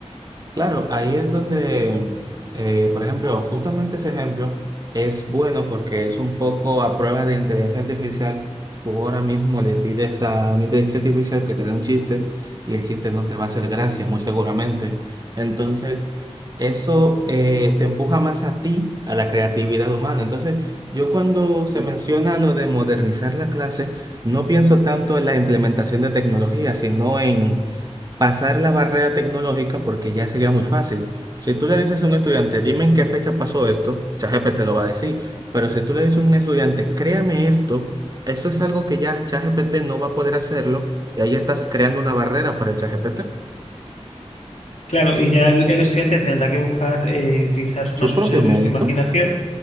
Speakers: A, on the right (about 35°); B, on the left (about 85°).
A: Claro, ahí es donde, eh, por ejemplo, justamente ese ejemplo es bueno porque es un poco a prueba de inteligencia artificial. Tú ahora mismo le pides a una inteligencia artificial que te dé un chiste y el chiste no te va a hacer gracia, muy seguramente. Entonces, eso eh, te empuja más a ti, a la creatividad humana. Entonces, yo cuando se menciona lo de modernizar la clase, no pienso tanto en la implementación de tecnología, sino en pasar la barrera tecnológica porque ya sería muy fácil. Si tú le dices a un estudiante, dime en qué fecha pasó esto, ChatGPT te lo va a decir. Pero si tú le dices a un estudiante, créame esto, eso es algo que ya ChatGPT no va a poder hacerlo y ahí ya estás creando una barrera para el ChatGPT.
B: Claro, y ya el, el estudiante tendrá que buscar eh, utilizar
A: Su
B: más su
A: propio
B: cerebro
A: mérito,
B: y su imaginación